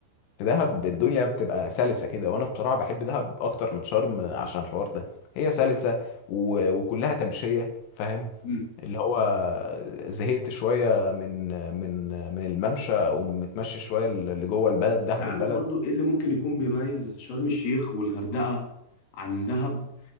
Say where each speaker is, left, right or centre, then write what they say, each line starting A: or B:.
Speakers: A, on the left; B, on the left.
A: في دهب الدنيا بتبقى سلسه كده وانا بصراحه بحب دهب اكتر من شرم عشان الحوار ده هي سلسه و... وكلها تمشيه فاهم
B: امم
A: اللي هو زهقت شوية من من من الممشى أو متمشي شوية اللي جوه البلد
B: انت
A: دهب
B: عارف
A: البلد
B: برضو ايه اللي ممكن يكون بيميز شرم الشيخ والغردقة عن دهب